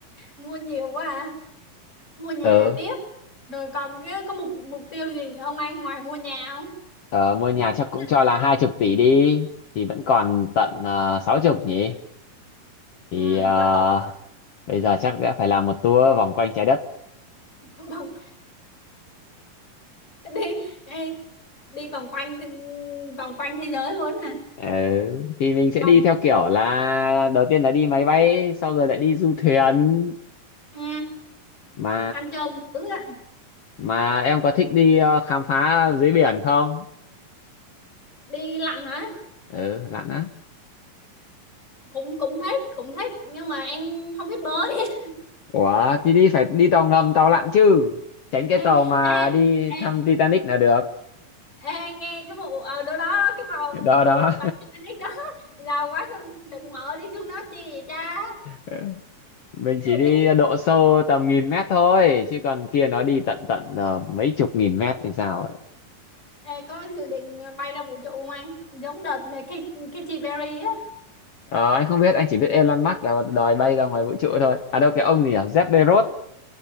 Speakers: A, on the left; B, on the left.
A: mua nhiều quá à. Mua nhà
B: <laughs> ừ
A: tiếp. Rồi còn cái có mục mục tiêu gì nữa không anh ngoài mua nhà không?
B: Ờ, mua nhà
A: Trăm
B: chắc
A: tỷ
B: cũng cho
A: lần
B: là hai chục tỷ đi thì vẫn còn tận uh, sáu chục nhỉ thì
A: Ừ,
B: ờ,
A: giáo tộc
B: bây giờ chắc sẽ phải làm một tour vòng quanh trái đất
A: <laughs> vòng đi, đi đi vòng quanh thế- vòng quanh thế giới luôn hả
B: ừ. thì mình sẽ
A: vòng
B: đi theo kiểu là đầu tiên là đi máy bay sau rồi lại đi du thuyền
A: ừ,
B: mà
A: ăn chơi dữ ạ
B: mà em có thích đi ờ, khám phá dưới biển không
A: đi lặn hả
B: ừ lặn á
A: cũng cũng thích cũng thích nhưng mà em không biết bơi <laughs>
B: ủa thì đi phải đi tàu ngầm tàu lặn chứ tránh cái
A: ê,
B: tàu mà
A: ê,
B: đi thăm
A: ê,
B: Titanic là được
A: ê, anh nghe cái vụ ở đâu đó đó, cái vào
B: đó
A: vụ
B: đó
A: tập đó giàu quá xong đừng mở đi xuống đó làm chi vậy cha
B: <laughs> mình
A: <laughs>
B: chỉ đi
A: đi
B: độ sâu tầm nghìn mét thôi chứ còn kia nó đi tận tận ờ, mấy chục nghìn mét thì sao ấy.
A: ê, có dự định bay ra vũ trụ không anh giống đợt này Katy Katy Perry á
B: Ờ, anh không biết anh chỉ biết Elon Musk là đòi bay ra ngoài vũ trụ thôi à đâu cái ông gì nhỉ Jeff Bezos